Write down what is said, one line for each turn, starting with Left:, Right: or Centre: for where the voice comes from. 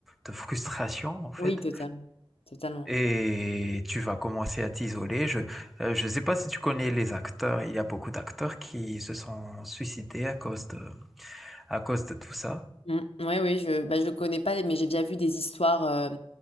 Centre: de frustration en fait.
Left: Oui, totalement. Totalement.
Centre: Et tu vas commencer à t'isoler. Je, euh, je ne sais pas si tu connais les acteurs. Il y a beaucoup d'acteurs qui se sont suicidés à cause de, à cause de tout ça.
Left: Mm. Ouais, oui, je, bah, je connais pas, mais j'ai déjà vu des histoires euh,